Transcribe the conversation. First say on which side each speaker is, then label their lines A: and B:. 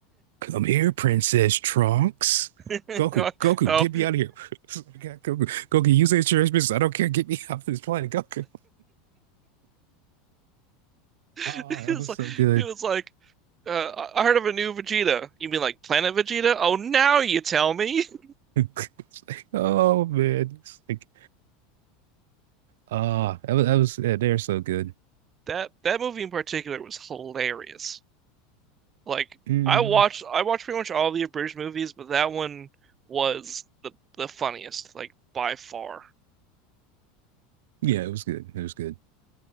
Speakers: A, on the right; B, on the right.
A: Come here, Princess Trunks.
B: <laughs>
A: Goku, Goku,
B: No,
A: get me out of here. <laughs> I got Goku, Goku, use the insurance business. I don't care. Get me <laughs> off this planet, Goku.
B: <laughs>
A: Oh,
B: It
A: that was
B: was like
A: so good.
B: it was like
A: <laughs>
B: uh, I heard of a new Vegeta. You mean like Planet Vegeta? Oh, now you tell me. <laughs>
A: It's like, oh man, it's like, ah, that was, that was yeah, they're so good.
B: That that movie in particular was hilarious. Like
A: Mm,
B: I watched I watched pretty much all the abridged movies, but that one was the the funniest, like by far.
A: yeah, it was good. It was good.